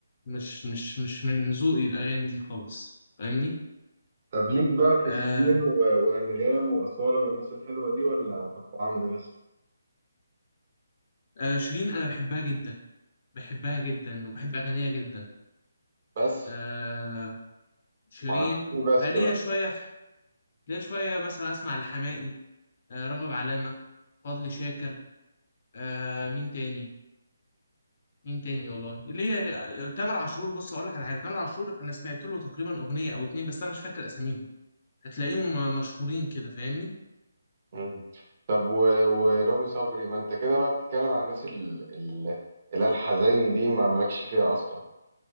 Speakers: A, on the left (about 40°); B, on the right (about 40°).
A: مش مش مش من ذوقي الأغاني دي خالص فاهمني
B: طب ليك بقى في
A: آه
B: شيرين و... وأنغام وأصالة والناس الحلوة دي ولا أبو عمرو بس؟
A: آه شيرين أنا بحبها جدا بحبها جدا وبحب أغانيها جدا
B: بس
A: آه شيرين
B: ما اكيد في بس
A: آه، ليا
B: بقى
A: شوية في ليا شوية مثلا أسمع الحماقي آه، راغب علامة فضل شاكر آه، مين تاني مين تاني والله ليا آه، تامر عاشور بص أقول لك على حاجة تامر عاشور أنا سمعت له تقريبا أغنية أو اتنين بس أنا مش فاكر أساميهم هتلاقيهم آه، مشهورين كده فاهمني
B: مم. طب و... ورامي صبري ما انت كده بقى بتتكلم عن الناس ال... ال... اللي هي الحزيني دي ما مالكش فيها اصلا